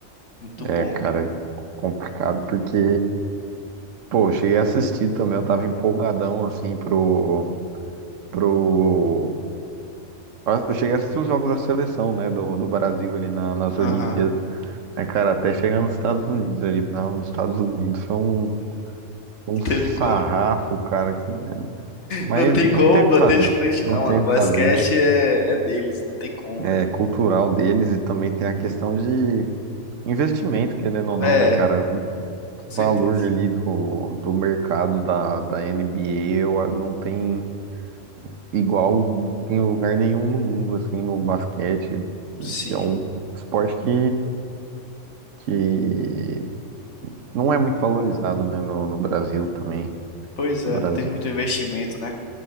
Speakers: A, on the left (about 65°); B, on the right (about 75°).
A: Muito
B: É,
A: bom,
B: cara,
A: velho.
B: é complicado porque, pô, eu cheguei a assistir também, eu tava empolgadão assim pro. pro. Eu cheguei a assistir os jogos da seleção, né? Do, do Brasil ali na- nas
A: Aham,
B: Olimpíadas.
A: não
B: Aí, cara, até chegar nos Estados Unidos ali. na- nos Estados Unidos foi um, um sarrafo,
A: teve como.
B: cara. Que... Mas
A: Não tem como
B: não tem o
A: bater
B: que fazer.
A: de frente,
B: Não
A: não,
B: tem
A: mano.
B: o
A: Basquete
B: que fazer, né?
A: é, é deles, não tem como,
B: É
A: velho.
B: cultural deles e também tem a questão de investimento, querendo ou não,
A: É,
B: né, cara? O
A: com
B: valor
A: certeza.
B: ali do, do mercado da, da NBA eu, ah, não tem igual em lugar nenhum no mundo, assim, no basquete.
A: Sim.
B: É um esporte que, que não é muito valorizado, né, no, no Brasil também.
A: Pois é,
B: Brasil,
A: não tem muito investimento, né?